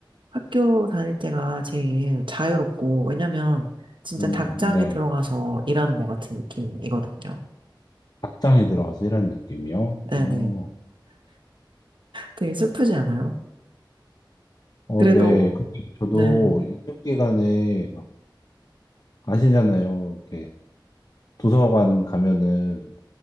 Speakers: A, on the right (about 75°); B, on the left (about 50°).
A: 학교 다닐 때가 제일 자유롭고 왜냐면 진짜
B: 음,
A: 닭장에
B: 네.
A: 들어가서 일하는 것 같은 느낌이거든요
B: 닭장에 들어가서 일하는 느낌이요?
A: 네네
B: 어,
A: 되게 슬프지 않아요?
B: 어,
A: 그래도
B: 네. 근데 저도
A: 네
B: 이 시험 기간에 막 아시잖아요. 이렇게 도서관 가면은